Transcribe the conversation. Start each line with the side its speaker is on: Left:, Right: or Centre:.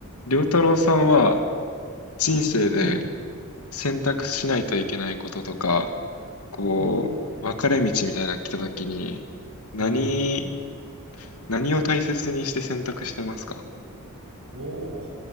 Left: りょうた太郎さんは人生で
Right: うん。
Left: 選択しないといけないこととか、こう、
Right: おお、
Left: 分かれ道みたいなの来た時に、何、
Right: うん。
Left: 何を大切にして選択してますか
Right: おお、